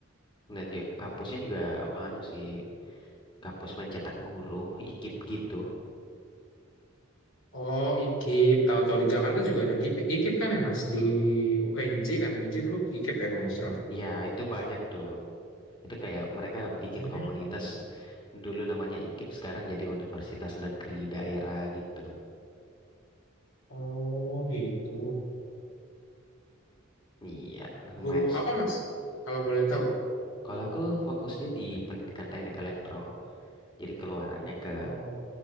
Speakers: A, on the left; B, on the left.
A: Dan di kampusnya juga anu sih, kampus mencetak guru, IKIP gitu.
B: Oh IKIP, tahu-tahu di Jakarta juga ada KIP- IKIP, kan ya Mas di UNJ kan UNJ dulu IKIP ya kalau nggak salah.
A: Ya, itu banyak tuh. Itu kayak mereka bikin
B: Hmm.
A: komunitas dulu namanya IKIP, sekarang jadi universitas negeri daerah gitu.
B: Oh gitu.
A: Iya, lumayan.
B: Guru
A: s-
B: apa Mas? Kalau boleh tahu.
A: Kalau aku fokusnya di pendidikan teknik elektro, jadi keluarannya ke
B: Oh.